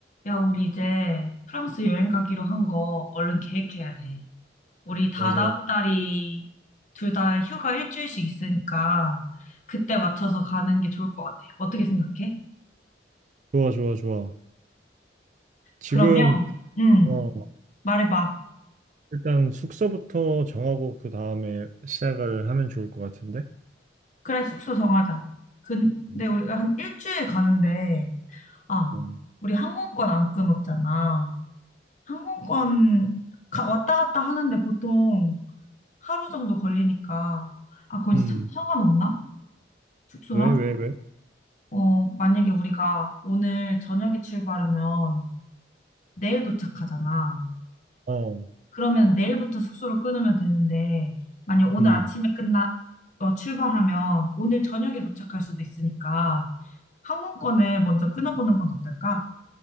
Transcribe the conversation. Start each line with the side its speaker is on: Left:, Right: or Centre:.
Left: 야, 우리 이제 프랑스 여행 가기로 한 거 얼른 계획해야 돼. 우리 다다음
Right: 맞아요.
Left: 달이 둘 다 휴가 일주일씩 있으니까 그때 맞춰서 가는 게 좋을 것 같아. 어떻게 생각해?
Right: 좋아, 좋아, 좋아. 지금,
Left: 그러면, 응,
Right: 어,
Left: 말해봐.
Right: 일단 숙소부터 정하고 그 다음에 시작을 하면 좋을 것 같은데?
Left: 그래, 숙소 정하자. 근데
Right: 음,
Left: 우리 한 일주일 가는데, 아,
Right: 음.
Left: 우리 항공권 안 끊었잖아. 항공권 가- 왔다 갔다 하는데 보통 하루 정도 걸리니까, 아, 그건
Right: 음,
Left: 상- 상관없나? 숙소랑?
Right: 왜, 왜, 왜?
Left: 어, 만약에 우리가 오늘 저녁에 출발하면 내일 도착하잖아.
Right: 어,
Left: 그러면 내일부터 숙소를 끊으면 되는데, 만약 오늘
Right: 음,
Left: 아침에 끝나, 어, 출발하면 오늘 저녁에 도착할 수도 있으니까 항공권을 먼저 끊어보는 건 어떨까?